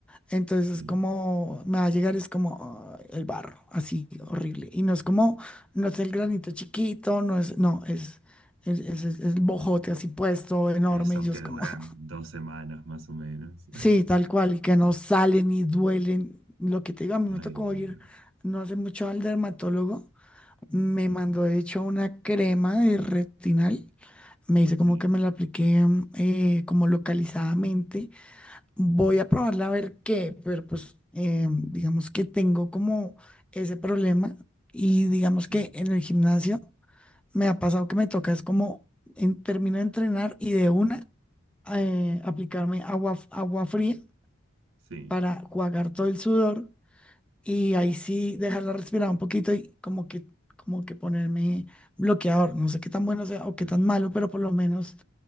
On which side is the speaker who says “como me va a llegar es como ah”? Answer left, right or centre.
Centre